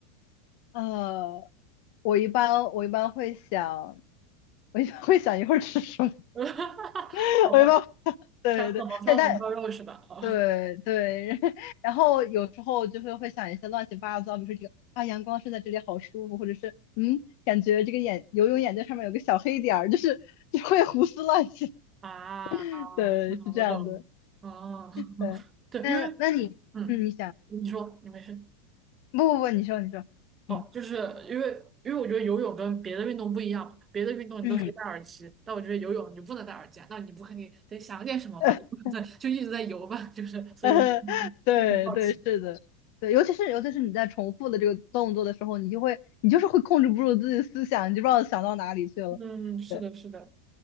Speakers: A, on the left (about 60°); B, on the right (about 25°).
A: 呃，我一般我一般会想，我一般会想一会儿吃什么。
B: <laughs>
A: <laughs>
B: 好吧，
A: 没办法，对对对，
B: 想怎么烧红烧肉是吧？
A: 但但
B: <laughs> 哦
A: 对对，<laughs> 然后有时候就会会想一些乱七八糟，比如说这个啊，阳光射在这里好舒服，或者是嗯，感觉这个眼游泳眼镜上面有个小黑点儿，就是就会胡思乱想。
B: 啊，
A: <laughs> 对，
B: 是的，
A: 是这样的。
B: 我懂了。哦，
A: 对，
B: <laughs> 对，
A: 那那你嗯，
B: 因为，嗯，
A: 你想，
B: 你说，你没事。
A: 不不不，你说你说，
B: 哦，
A: 嗯
B: 就是因为因为我觉得游泳跟别的运动不一样嘛别的运动你都可以戴耳机，
A: 嗯。
B: 但我觉得游泳你不能戴耳机啊，那你不肯定得想点什么吧？
A: <laughs>
B: 你不可能在就一直在游吧？就是，所以我
A: <laughs>
B: <laughs> 有点好奇。
A: 对对，是的，对，尤其是尤其是你在重复的这个动作的时候，你就会你就是会控制不住自己的思想，你就不知道想到哪里去了。
B: 嗯，是的，
A: 对
B: 是的，